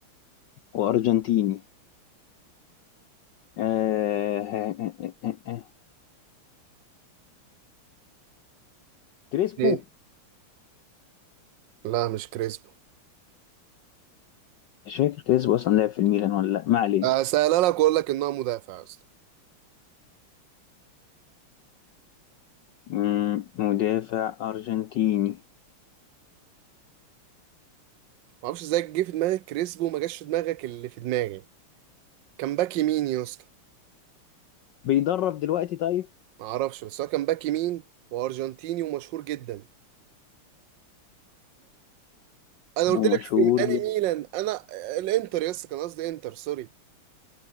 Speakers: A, on the left (about 65°); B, on the right (about 65°).
A: وارجنتيني آه آه آه آه آه. كريسبو
B: ايه لا مش كريسبو
A: مش فاكر كريسبو اصلا لعب في الميلان ولا لا ما علينا
B: اسالها لك واقول لك ان هو مدافع يا اسطى
A: مم، مدافع ارجنتيني
B: ما اعرفش ازاي جه في دماغك كريسبو وما جاش في دماغك اللي في دماغي كان باك يمين يا اسطى
A: بيدرب دلوقتي طيب
B: ما اعرفش بس هو كان باك يمين وارجنتيني ومشهور جدا انا قلت
A: ومشهور
B: لك في انهي
A: جدا
B: ميلان انا الانتر يا اسطى كان قصدي انتر سوري